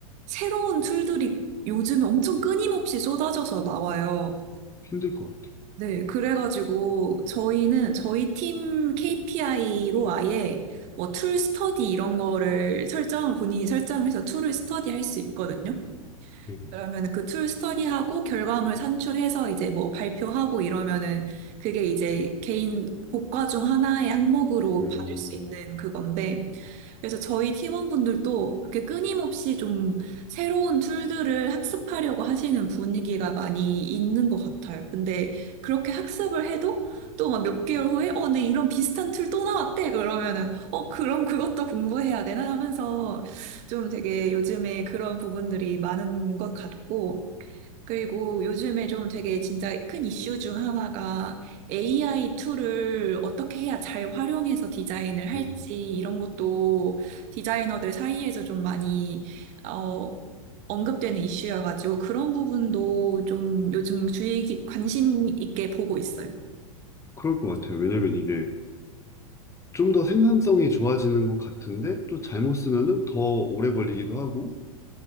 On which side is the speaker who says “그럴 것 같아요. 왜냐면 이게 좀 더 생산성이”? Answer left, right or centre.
Left